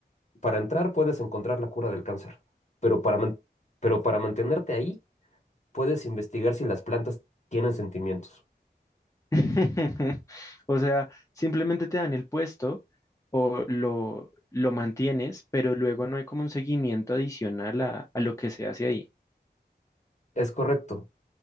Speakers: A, on the left; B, on the left.
A: para entrar puedes encontrar la cura del cáncer, pero para, man- pero para mantenerte ahí puedes investigar si las plantas tienen sentimientos.
B: <laughs> O sea, simplemente te dan el puesto o lo, lo mantienes, pero luego no hay como un seguimiento adicional a, a lo que se hace ahí.
A: Es correcto.